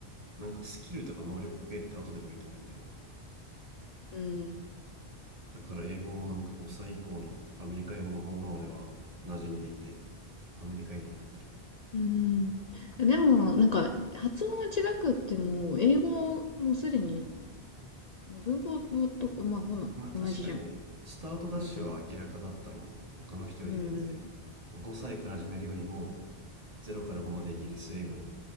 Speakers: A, on the right; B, on the left.
A: なんかスキルとか能力系って後でもいいと思うんだよな
B: うん、
A: だから英語もなんか5歳以降のアメリカ英語の方が俺は馴染んでいてアメリカ英語になってる
B: うん。でも、なんか、発音が違くっても、英語もすでに、文法のと、まあ、ほな、
A: まあ確かにねスタートダッシュは明らかだったろうね他の人より全然
B: 同じじゃん。うん、うん、
A: 5歳から始めるよりも0から5までイギリス英語に